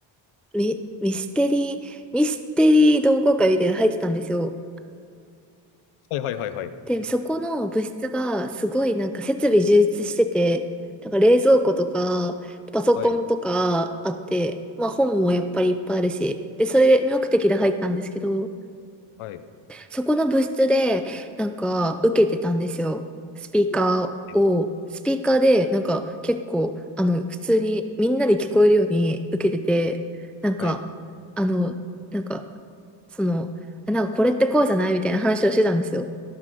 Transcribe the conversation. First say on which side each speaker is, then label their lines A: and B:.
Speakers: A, in the centre; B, on the left.
A: ミ、ミステリー、ミステリー同好会みたいなの入ってたんですよ。
B: はいはいはいはい。
A: で、そこの部室がすごいなんか設備充実してて、なんか冷蔵庫とか、パソコンとかあって、
B: はい。
A: まあ本もやっぱりいっぱいあるし、で、それ目的で入ったんですけど、
B: はい。
A: そこの部室でなんか受けてたんですよ。スピーカーを、
B: はい
A: スピーカーでなんか結構、あの、普通にみんなで聞こえるように受けてて、なんか、
B: はい。
A: あの、なんか、その、なんかこれってこうじゃないみたいな話をしてたんですよ。